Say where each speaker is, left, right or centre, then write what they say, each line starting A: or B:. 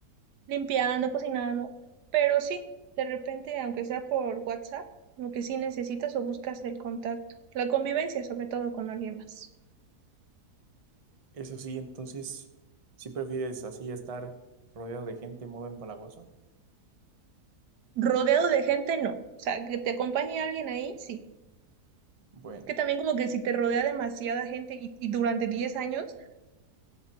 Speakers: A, on the right; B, on the right.
A: limpiando, cocinando, pero sí, de repente, aunque sea por WhatsApp, como que sí necesitas o buscas el contacto, la convivencia sobre todo con alguien más.
B: Eso sí, entonces, si prefieres así estar rodeado de gente modo empalagoso?
A: Rodeado de gente, no. O sea, que te acompañe alguien ahí, sí.
B: Bueno,
A: Es que también como que si te rodea demasiada gente y, y durante diez años,